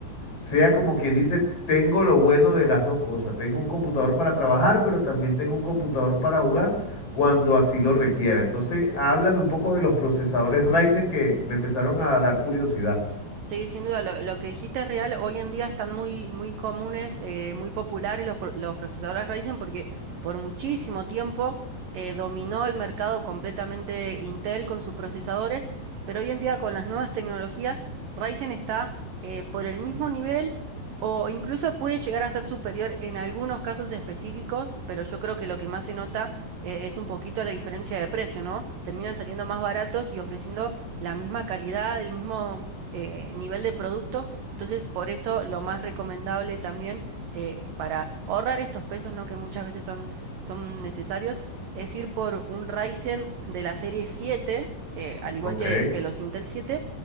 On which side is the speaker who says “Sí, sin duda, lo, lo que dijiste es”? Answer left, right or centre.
Right